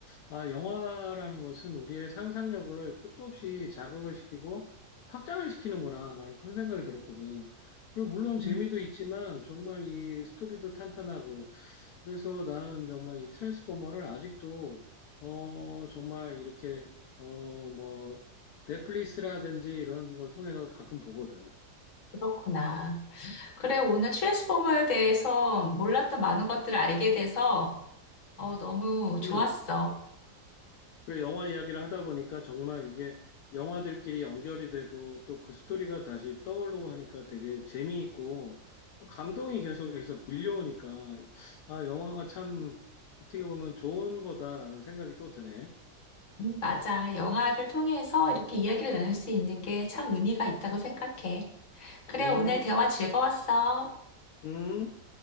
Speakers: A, on the left; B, on the left.
A: 아, 영화라는 것은 우리의 상상력을 끝도 없이 자극을 시키고 확장을 시키는구나. 나는 그런 생각이 들었거든. 그리고 물론 재미도
B: 음,
A: 있지만 정말 이 스토리도 탄탄하고 그래서 나는 정말 이 트랜스포머를 아직도 어 정말 이렇게 어 뭐 넷플릭스라든지 이런 걸 통해서 가끔 보거든.
B: 그렇구나. 그래, 오늘 트랜스포머에 대해서 몰랐던 많은 것들을 알게 돼서 어, 너무 좋았어.
A: 음. 그래, 영화 이야기를 하다 보니까 정말 이게 영화들끼리 연결이 되고 또 그 스토리가 다시 떠오르고 하니까 되게 재미있고 또 감동이 계속해서 밀려오니까 아, 영화가 참 어떻게 보면 좋은 거다라는 생각이 또 드네.
B: 음, 맞아. 영화를 통해서 이렇게 이야기를 나눌 수 있는 게 참 의미가 있다고 생각해. 그래,
A: 음,
B: 오늘 대화 즐거웠어.
A: 음.